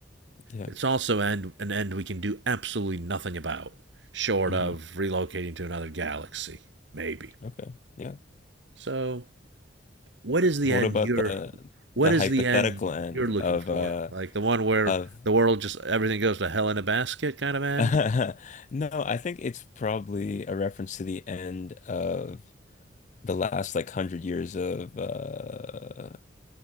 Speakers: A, on the left; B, on the right.
A: yeah
B: It's also end, an end we can do absolutely nothing about, short
A: hmm
B: of relocating to another galaxy, maybe.
A: okay yeah
B: So, what is the
A: but
B: end
A: what about
B: you're,
A: the
B: what
A: the
B: is
A: hypothetical
B: the end
A: end
B: you're looking
A: of
B: for?
A: uh
B: Like the one where
A: of
B: the world just everything goes to hell in a basket kind of end?
A: <laughs> No, I think it's probably a reference to the end of the last like hundred years of uh